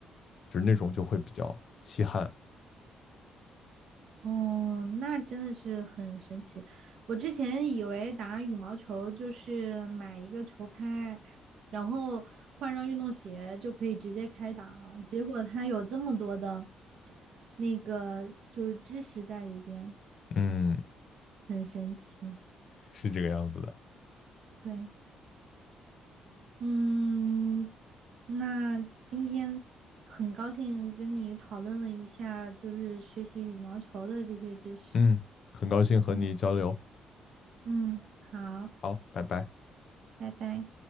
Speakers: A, on the left; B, on the right.
A: 就是那种就会比较吸汗。
B: 哦，那真的是很神奇。我之前以为打羽毛球就是买一个球拍，然后换上运动鞋就可以直接开打了，结果它有这么多的那个就是知识在里边，
A: 嗯，
B: 很神奇。
A: 是这个样子的。
B: 对，嗯，那今天很高兴跟你讨论了一下，就是学习羽毛球的这些知识。
A: 嗯，很高兴和你交流。
B: 嗯嗯，好，
A: 好，拜拜。
B: 拜拜。